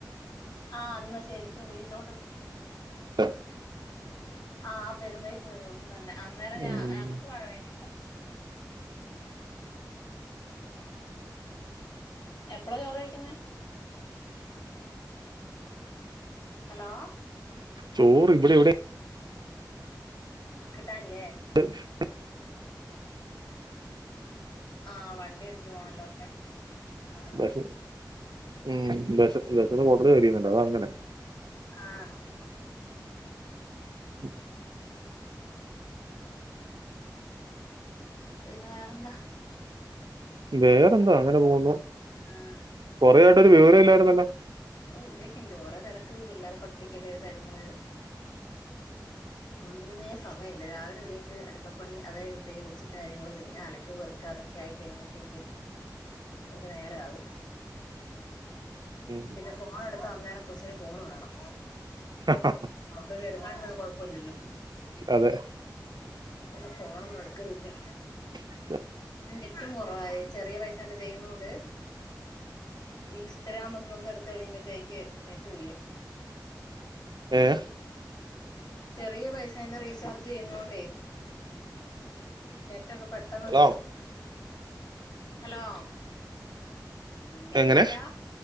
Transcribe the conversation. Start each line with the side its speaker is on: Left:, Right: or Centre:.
Left: ആഹ് അന്ന് ശരിക്കും വീട്ടിലോട്ട്
Right: ആഹ്
Left: ആഹ് പെരുമ്പേയ്ത്ത് പെയ്തു അന്നന്നേ അന്നേരം ഞാ
Right: ഉം
Left: ഞങ്ങക്ക് മഴ പെയ്തില്ല എപ്പളാ ചോറ് കഴിക്കുന്നേ ഹലോ
Right: ചോറ് ഇവിടെ എവിടെ
Left: കിട്ടാല്ലേ
Right: ശ <inaudible>
Left: ആഹ് വണ്ടി എടുത്തിട്ട് പോണോല്ലോലല്ലേ ആഹ്
Right: ബശ ഉം ബശക്ക് ബശന്ന്‌ കൊടല് കരിയുന്നുണ്ട് അതാ അങ്ങനെ
Left: ആഹ്
Right: ഉം <inaudible>
Left: പിന്നെ വേറെന്താ
Right: വേറെന്താ അങ്ങനെ പോവുന്നു
Left: ആഹ്
Right: കൊറെയായിട്ട് ഒരു വിവരോല്ലായിരുന്നല്ലോ?
Left: ഓഹ് ഇവിടെക്കെണ്ട് ഓരോ തെരക്ക് പിള്ളേരെ പഠിപ്പിക്കല് കാര്യങ്ങള് ഒന്നിനുമേ സമയല്ല രാവിലെ എണീറ്റ് അടുക്കളപ്പണി അത് കഴിയുമ്പഴത്തേക്ക് കൊച്ചിന്റെ കാര്യങ്ങള് പിന്നെ അലക്ക് പെറ് ക്കതൊക്കെ ആയി കഴിയുമ്പത്തേക്ക് ഒരു നേരാകും
Right: ഉം
Left: പിന്നെ ഫോണെടുത്താ അന്നേരം കൊച്ചിന് ഫോണ് വേണം
Right: ആഹ് ആഹ് ആഹ്
Left: അതുകൊണ്ട് പിന്നെ എടുക്കാണ്ടിരുന്നാ കൊഴപ്പ ഇല്ലല്ലോ
Right: അതെ
Left: പിന്നെ ഫോണൊന്നും എടുക്കലില്ലാ
Right: ഉ <unintelligible>
Left: പിന്നെ നെറ്റും കൊറവാ ഈ ചെറിയ പൈസേൻ്റെ ചെയ്യുന്നോണ്ട് ഇൻസ്റ്റഗ്രാം ഒക്കെ ഒന്ന് എടുത്ത് കഴിയുമ്പോഴത്തേക്ക് നെറ്റ് തീരും
Right: ഏഹ്
Left: ചെറിയ പൈസേന്റെ റീച്ചാർജ് ചെയ്യുന്നോണ്ടേ നെറ്റ് റ്റൊക്കെ പെട്ടെന്ന്
Right: ഹലോ
Left: തീരും ഹലോ കേക്കുന്നില്ലാ
Right: എങ്ങനെ